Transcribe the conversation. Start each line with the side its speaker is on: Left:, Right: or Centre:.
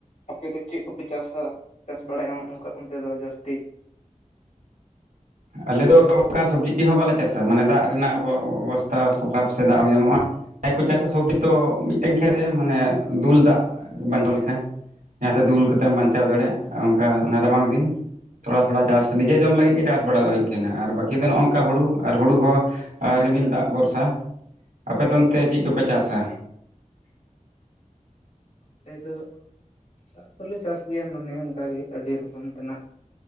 Left: ᱟᱯᱮ ᱫᱚ ᱪᱮᱫ ᱠᱚᱯᱮ ᱪᱟᱥᱟ ᱪᱟᱥ ᱵᱟᱲᱟᱭᱟ ᱚᱱᱠᱟ ᱚᱱᱛᱮ ᱫᱚ ᱡᱟᱹᱥᱛᱤ
Right: ᱟᱞᱮᱫᱚ ᱚᱱᱠᱟ ᱥᱚᱵᱽᱡᱤ ᱦᱚᱸ ᱵᱟᱞᱮ ᱪᱟᱥᱟ ᱢᱟᱱᱮ ᱫᱟᱜ ᱨᱮᱱᱟᱜ ᱚᱵᱚᱥᱛᱷᱟ ᱠᱷᱩᱵ ᱠᱷᱟᱨᱟᱯ ᱥᱮ ᱫᱟᱜ ᱵᱟᱝ ᱧᱟᱢᱚᱜᱼᱟ ᱡᱟᱦᱟᱸᱭ ᱠᱩ ᱪᱟᱥᱟ ᱥᱚᱵᱡᱤ ᱛᱚ ᱢᱤᱫᱴᱮᱱ ᱠᱷᱮᱛ ᱨᱮ ᱢᱟᱱᱮ ᱫᱩᱞ ᱫᱟᱜ ᱵᱟᱧᱪᱟᱣ ᱞᱮᱠᱟ ᱡᱟᱦᱟᱸᱛᱮ ᱫᱩᱞ ᱠᱟᱛᱮᱢ ᱵᱟᱧᱪᱟᱣ ᱫᱟᱲᱮᱭᱟᱜ ᱚᱱᱠᱟ ᱚᱱᱟ ᱨᱟᱵᱟᱝ ᱫᱤᱱ ᱛᱷᱚᱲᱟ ᱛᱷᱚᱲᱟ ᱪᱟᱥ ᱱᱤᱡᱮ ᱡᱚᱢ ᱞᱟᱹᱜᱤᱫ ᱜᱮ ᱪᱟᱥ ᱫᱟᱜ ᱵᱟᱲᱟ ᱦᱩᱭᱩᱜ ᱛᱟᱦᱮᱱᱟ ᱟᱨ ᱵᱟᱹᱠᱤ ᱫᱚ ᱱᱚᱜ ᱱᱚᱝᱠᱟ ᱦᱳᱲᱩ ᱟᱨ ᱦᱳᱲᱩ ᱦᱚᱸ ᱨᱤᱢᱤᱞ ᱫᱟᱜ ᱵᱷᱚᱨᱥᱟ ᱟᱯᱮ ᱫᱚ ᱚᱱᱛᱮ ᱪᱮᱫ ᱠᱚᱯᱮ ᱪᱟᱥᱟ
Left: ᱟᱞᱮ ᱫᱚ ᱪᱟᱥ ᱫᱚᱞᱮ ᱪᱟᱥ ᱜᱮᱭᱟ ᱢᱟᱱᱮ ᱚᱱᱠᱟᱜᱮ ᱟᱹᱰᱤ ᱨᱚᱠᱚᱢ ᱛᱮᱱᱟᱜ